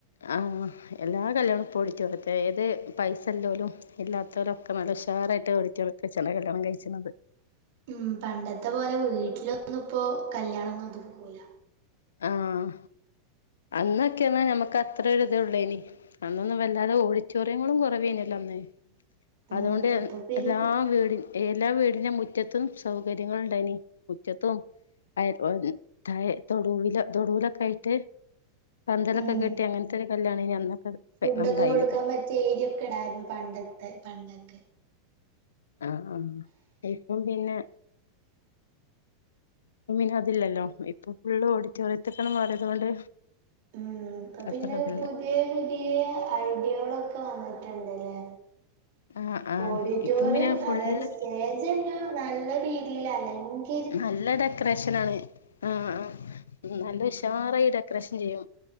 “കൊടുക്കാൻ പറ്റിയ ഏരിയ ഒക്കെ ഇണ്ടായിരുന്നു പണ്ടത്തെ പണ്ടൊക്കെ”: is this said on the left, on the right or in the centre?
Right